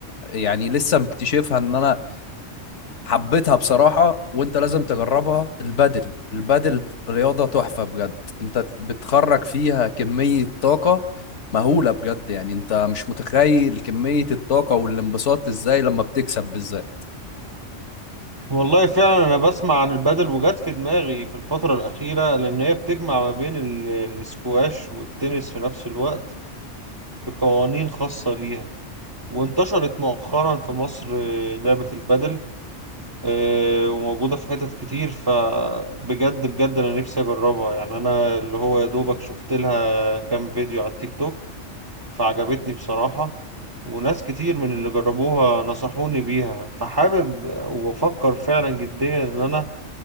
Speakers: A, on the left; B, on the right.
A: يعني لسه مكتشفها ان انا حبيتها بصراحة وانت لازم تجربها البادل البادل رياضة تحفة بجد انت بتخرج فيها كمية طاقة مهولة بجد يعني انت مش متخيل كمية الطاقة والانبساط ازاي لما بتكسب بالذات
B: والله فعلا انا بسمع عن البادل وجات في دماغي في الفترة الأخيرة لأن هي بتجمع ما بين ال- الاسكواش والتنس في نفس الوقت بقوانين خاصة ليها وانتشرت مؤخرا في مصر آه، لعبة البادل آه، وموجودة في حتت كتير فبجد بجد أنا نفسي أجربها يعني أنا اللي هو يا دوبك شفت لها كام فيديو على التيك توك فعجبتني بصراحة وناس كتير من اللي جربوها نصحوني بيها فحابب وأفكر فعلا جديا إن أنا